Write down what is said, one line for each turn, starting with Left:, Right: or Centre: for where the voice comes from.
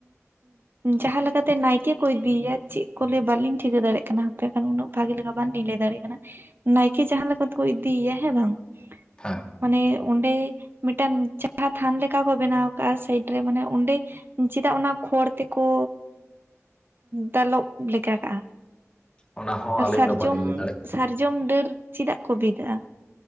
Right: ᱡᱟᱦᱟᱸ ᱞᱮᱠᱟᱛᱮ ᱱᱟᱭᱠᱮ ᱠᱚ ᱤᱫᱤᱭᱮᱤᱭᱟ ᱪᱮᱫ ᱠᱚ ᱞᱮᱭᱟ ᱵᱟᱹᱞᱤᱧ ᱴᱷᱤᱠᱟᱹ ᱫᱟᱲᱮᱭᱟᱜ ᱠᱟᱱᱟ ᱾ ᱠᱷᱟᱱ ᱩᱱᱟᱹᱜ ᱵᱷᱟᱜᱮ ᱞᱮᱠᱟ ᱵᱟᱞᱤᱧ ᱞᱟᱹᱭ ᱫᱟᱲᱮᱭᱟᱜ ᱠᱟᱱᱟ ᱱᱟᱭᱠᱮ ᱡᱟᱦᱟᱸ ᱞᱮᱠᱟ ᱛᱮᱠᱚ ᱤᱫᱤᱭᱮᱭᱟ ᱦᱮᱸ ᱵᱟᱝ ᱾
Left: ᱦᱮᱸ᱾
Right: ᱢᱟᱱᱮ ᱚᱸᱰᱮ ᱢᱤᱫᱴᱟᱱ ᱡᱟᱦᱟᱸ ᱛᱷᱟᱱ ᱞᱮᱠᱟ ᱠᱚ ᱵᱮᱱᱟᱣ ᱟᱠᱟᱜᱼᱟ ᱥᱟᱭᱤᱰ ᱨᱮ ᱢᱟᱱᱮ ᱚᱸᱰᱮ ᱪᱮᱫᱟᱜ ᱚᱱᱟ ᱠᱷᱚᱲ ᱛᱮᱠᱚ ᱫᱟᱞᱚᱵ ᱞᱮ ᱞᱮᱠᱟ ᱠᱟᱜᱼᱟ?
Left: ᱚᱱᱟ ᱦᱚᱸ
Right: ᱟᱨ
Left: ᱟᱹᱞᱤᱧ
Right: ᱥᱟᱨᱡᱚᱢ
Left: ᱫᱚ ᱵᱟᱹᱞᱤᱧ ᱞᱟᱹᱭ ᱫᱟᱲᱮᱭᱟᱜ
Right: ᱥᱟᱨᱡᱚᱢ ᱰᱟᱹᱨ ᱪᱮᱫᱟᱜ ᱠᱚ ᱵᱤᱫᱟᱜᱼᱟ?